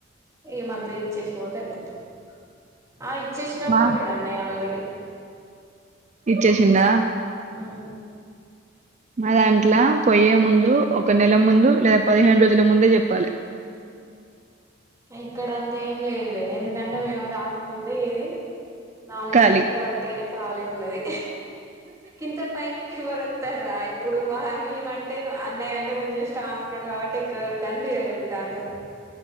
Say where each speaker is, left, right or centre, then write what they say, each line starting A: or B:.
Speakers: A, on the right; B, on the right.
A: ఏ మంత్ ఇచ్చేసి పోతే అయిపోతుంది ఆ ఇచ్చేసినట్టు
B: మా
A: ఉన్నాడు అన్నయ్య ఆల్రెడీ
B: చేసిండా
A: అవును
B: మా దాట్ల పయ్యే ముందు ఒక నెల ముందు లేదా పదిహేను రోజుల ముందే చెప్పాలి
A: ఇక్కడ అంతా ఏం లేదు ఎందుకంటే మేము రా రాకముందు ఇది నాలుగైదు
B: ఖాళీ
A: నెలలు వాటికనే కాలిగా ఉన్నది ఇంత పైనికి ఎవరు వ స్తార ఇప్పుడు మా మేము అంటే అన్నయ్య అంటే కొంచెం స్ట్రాంగ్ ఉన్నాడు కాబట్టి ఎక్కగలుగుతాడు దిగగలుతుండు తాడు